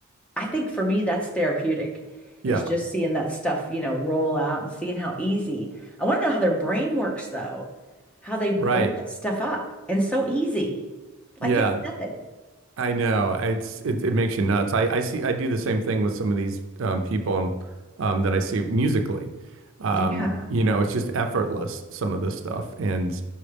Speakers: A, in the centre; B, on the right (about 60°).
A: I think for me that's therapeutic, is
B: Yeah,
A: just seeing that stuff you know roll out and seeing how easy. I want to know how their brain works though, how they bring
B: right.
A: that stuff up and so easy,
B: Yeah,
A: like it's nothing.
B: I know. It's it, it makes you nuts. I I see I do the same thing with some of these um people um that I see musically. Um,
A: Yeah.
B: you know, it's just effortless some of this stuff and